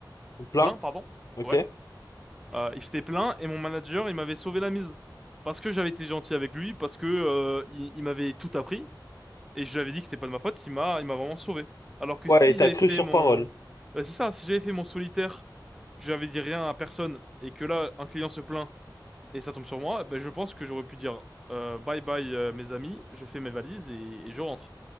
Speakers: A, on the left; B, in the centre.
A: plein,
B: plaint, pardon.
A: ok.
B: Ouais. Euh, il s'était plaint et mon manager, il m'avait sauvé la mise. Parce que j'avais été gentil avec lui, parce que euh, il, il m'avait tout appris et je lui avais dit que c'était pas de ma faute, il m'a il m'a vraiment sauvé. Alors que
A: Ouais,
B: si
A: et
B: j'avais
A: t'as cru
B: fait
A: sur
B: mon
A: parole.
B: Ouais, c'est ça, si j'avais fait mon solitaire, que j'avais dit rien à personne et que là un client se plaint et ça tombe sur moi, ben je pense que j'aurais pu dire euh, bye bye euh, mes amis, je fais mes valises et et je rentre.